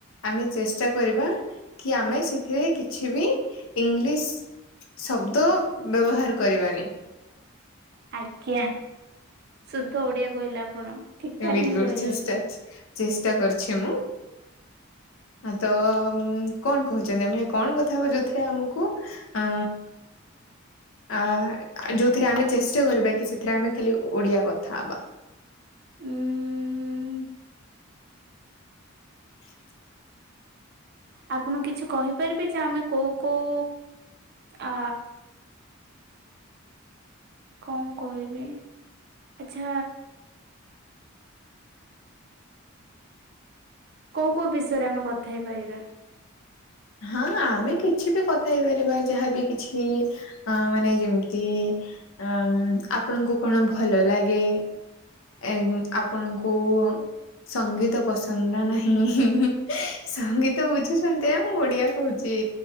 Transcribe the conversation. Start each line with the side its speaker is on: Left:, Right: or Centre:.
Left: ଆମେ ଚେଷ୍ଟା କରିବା କି ଆମେ ସେଥିରେ କିଛି ବି ଇଂଲିଶ ଶବ୍ଦ ବ୍ୟବହାର କରିବାନି।
Right: ଆଜ୍ଞା। ସୁଧ ଓଡିଆ କହିଲେ ଆପଣ ଠିକ୍ ଠାକ୍
Left: ବିଲକୁଲ
Right: ହିଁ କହିଛନ୍ତି।
Left: ଚେଷ୍ଟା ଚେଷ୍ଟା କରିଛି ମୁଁ। ତ କଣ କହୁଛନ୍ତି ଆମେ କଣ କଥା ହବା ଯଉଥିରେ ଆମକୁ ଅ ଆ ଯୋଉଥିରେ ଆମେ ଚେଷ୍ଟା କରିବା କି ସେଥିରେ ଆମେ ଖାଲି ଓଡିଆ କଥା ହବା।
Right: ଉଁ
Left: <inaudible>
Right: ଆପଣ କିଛି କହିପାରିବେ ଯେ ଆମେ କଉ କଉ ଆ କଣ କହିବି ଆଛା କୋଉ କୋଉ ବିଷୟରେ ଆମେ କଥା ହେଇପାରିବା?
Left: ହଁ ଆମେ କିଛି ବି କଥା ହେଇପାରିବା ଯାହାବି କିଛି ଅ ମାନେ ଯେମିତି ଆ ଆପଣଙ୍କୁ କଣ ଭଲ ଲାଗେ? ଏ ଆପଣଙ୍କୁ କୁ ସଙ୍ଗୀତ ପସନ୍ଦ ନା ନାହିଁ। ସଙ୍ଗୀତ ବୁଝୁଛନ୍ତି ଆ ମୁଁ ଓଡିଆ କହୁଛି।